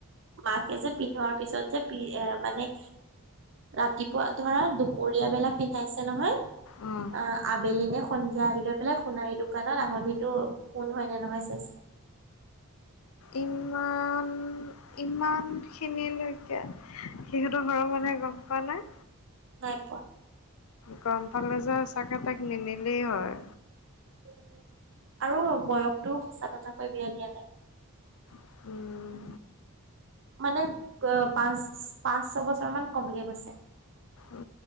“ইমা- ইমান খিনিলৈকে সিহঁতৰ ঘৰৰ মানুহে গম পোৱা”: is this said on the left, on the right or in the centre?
Left